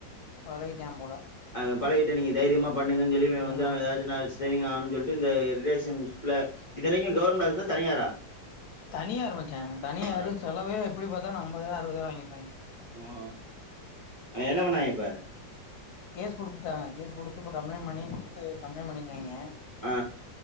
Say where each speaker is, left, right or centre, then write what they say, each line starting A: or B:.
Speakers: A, on the left; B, on the left.
A: பழகிட்டியா போல
B: அவே பலகிட்டு நீங்க தைரியமா பண்ணுங்கன் சொல்லி இவே
A: ம்
B: வந்து அவே எதாச்சு நா ட்ரெயினிங் ஆவுனுன் சொல்ட்டு இந்த ரிலேஷன்ஷிப்ல இத்தனைக்கு கவர்மென்ட் ஹாஸ்பிட்டா தனியாரா
A: தனியாரு மச்சா தனியாரு
B: அட
A: செல்வே எப்படி பாத்தாலு அம்பதாயிரோ அறுவதாயிரோ வாங்கியிருப்பாயிங்க
B: ஓ அது என்ன பண்ணாயிங்க இப்ப
A: கேஸ் குடுத்துட்டாங்க கேஸ் குடுத்து இப்ப கம்ப்ளைண் பண்ணி குடுத்து கம்ப்ளைண் பண்ணியிருக்காயிங்க
B: ஆ